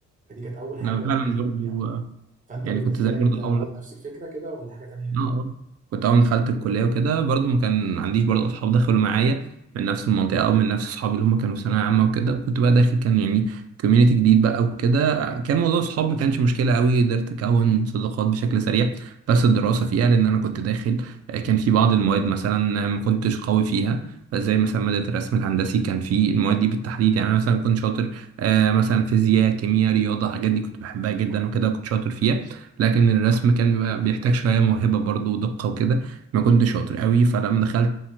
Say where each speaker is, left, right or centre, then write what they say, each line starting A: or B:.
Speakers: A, on the right; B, on the right.
A: فدي كانت أول حاجة
B: انا فعلا
A: قابلتني
B: برضو
A: أه
B: آه،
A: فأنت
B: يعني
A: بالنسبة
B: كنت زي
A: لك
B: برضو
A: أنت
B: اول
A: نفس الفكرة كده ولا حاجة تانية؟
B: اه اه كنت اول ما دخلت الكليه وكده برضو ما كان عنديش برضو اصحاب دخلوا معايا من نفس المنطقه او من نفس اصحابي اللي هم كانوا في ثانويه عامه وكده كنت بقى داخل كان يعني كوميونتي جديد بقى وكده كان موضوع الصحاب ما كانش مشكله قوي قدرت اكون صداقات بشكل سريع بس الدراسه فيها لان انا كنت داخل آه، كان في بعض المواد مثلا آه، ما كنتش قوي فيها زي مثلا ماده الرسم الهندسي كان في المواد دي بالتحديد يعني انا مثلا كنت شاطر آه، مثلا فيزياء كيمياء رياضه الحاجات دي كنت بحبها جدا وكده كنت شاطر فيها لكن الرسم كان بيبقى بيحتاج شوية موهبة برضو ودقة وكده ما كنتش شاطر قوي فلما دخلت